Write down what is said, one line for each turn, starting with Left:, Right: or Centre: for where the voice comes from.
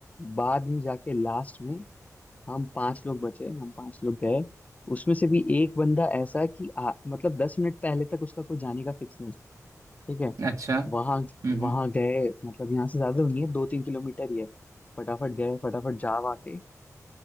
Left: बाद में जाके लास्ट में हम पांच लोग बचे हम पांच लोग गए उसमें से भी एक बंदा ऐसा कि आ, मतलब दस मिनट पहले तक उसका कोई जाने का फिक्स नहीं ठीक है
Right: अच्छा हम्म
Left: वहां
Right: हम्म
Left: वहां गए मतलब यहाँ से ज्यादा नहीं है दो तीन किलोमीटर ही है फटाफट गए फटाफट जा वाके